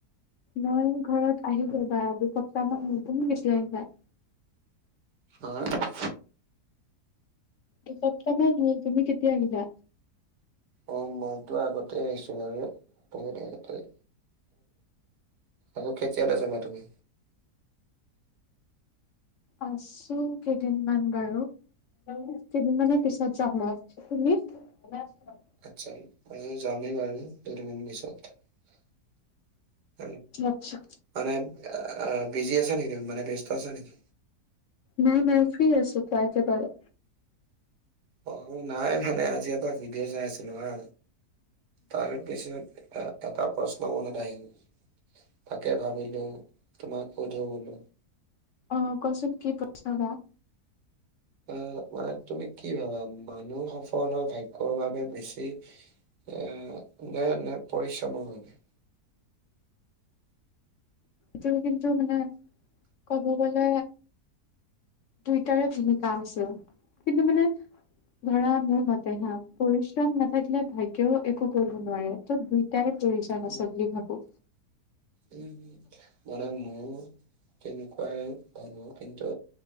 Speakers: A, on the left (about 60°); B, on the right (about 85°).
A: মই ঘৰত আহি ববা দুসপ্তাহ মান হৈছে। তুমি কেতিয়া আহিবা?
B: <unintelligible>
A: এসপ্তাহ মান হল। তুমি কেতিয়া আহিবা?
B: অ মইতো আগতে আহিছো বাৰু বহুত আগতেই। আকৌ কেতিয়ালৈ জাবা তুমি?
A: আছো কেইদিনমান বাৰু আৰু কেইদিনমানৰ পিছত যাম মই। তুমি? ভালে আছো মই।
B: আচ্ছা আমিয়ো যামেই বাৰো দুদিন মান পিছত। <unintelligible>
A: আচ্ছা
B: মানে আ বিজি আছা নেকি তুমি? মানে ব্যস্ত আছা নেকি?
A: নাই নাই ফ্ৰী আছো কোৱা এতে তাৰে।
B: অ নাই মানে আজি এটা ভিডিঅ' চাই আছিলো হা তাৰ বেছিনত এটা এটা প্ৰশ্ন মনত আহিল? তাকে ভাবিলো তোমাক সোধো বোলো
A: অ কোৱাচোন কি প্ৰশ্ন বা?
B: আহ ৱা মানে তুমি কি ভাবা? মানুহ সফল হোৱা ভাগ্যৰ বাবে বেছি এ নে নে পৰিশ্ৰমৰ কাৰনে?
A: সেইটো কিন্তু মানে ক'ব গলে দুইটাৰে ভুমিকা আছে কিন্তু মানে ধৰা মোৰ মতে হা পৰিশ্ৰম নাথাকিলে ভাগ্যও একো কৰিব নোৱাৰে। ত দুইটাই প্ৰয়োজন
B: উম,
A: আছে বুলি ভাবো।
B: উম মানে মইয়ো তেনেকোৱাই ভাবো কিন্তু